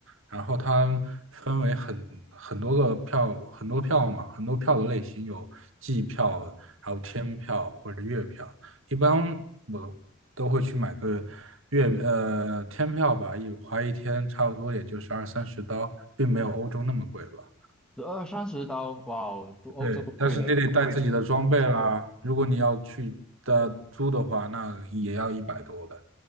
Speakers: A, on the right (about 65°); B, in the centre.
A: 然后它分为很很多个票，很多票嘛，很多票的类型有季票，还有天票或者月票。一般我都会去买个月呃天票吧，一花一天差不多也就是二三十刀，并没有欧洲那么贵吧。
B: 十二三十刀，哇哦，都欧洲贵了
A: 对，但是你得带自己的装备啦。如果你要去的租的话，那也要一百多的。